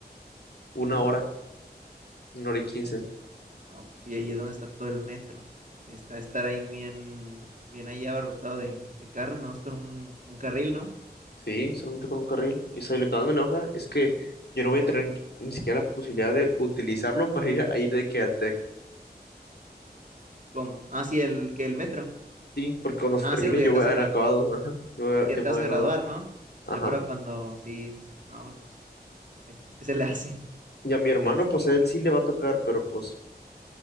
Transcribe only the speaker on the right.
Ujú.
No, pues sí, ahí es donde está todo el metro. Está estar ahí bien, bien ahí abarrotado de, de carros, nomás con un, un carril, ¿no?
Como, ah, sí, el, que el metro.
Ah,
sí, pues ya
te
vas
a graduar,
ya
te
vas a
graduar, ¿no?
Ya, pero cuando, sí, sí, sí, no, pues, este, pues, ¿qué se le hace?
Este,